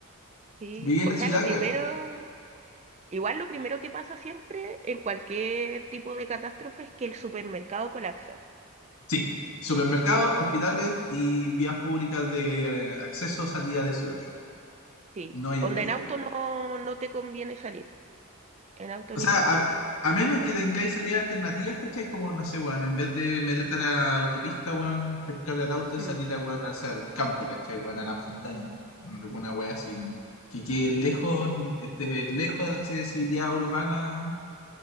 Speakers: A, on the right (about 30°); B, on the left (about 75°).
A: Sí.
B: Viví en
A: O
B: la
A: sea,
B: ciudad,
A: lo primero...
B: cagaste.
A: Igual lo primero que pasa siempre en cualquier tipo de catástrofe es que el supermercado colapsa.
B: Sí, supermercados, hospitales y vías públicas de eh, acceso o salida de ciudades,
A: Sí.
B: no ir
A: Onda,
B: en vehículo.
A: en auto no, no te conviene salir. En auto
B: O
A: ni
B: sea,
A: cagando.
B: a, a menos que tengáis salidas alternativas, ¿cachai? Como, no sé, weón, en vez de meterte a la autopista, weón, pescar el auto y
A: Mm,
B: salir a, weón, hacia el campo, ¿cachai? Weón, a la montaña. Alguna weón así. Que quede lejos, esté lejos
A: mm.
B: de la accesibilidad urbana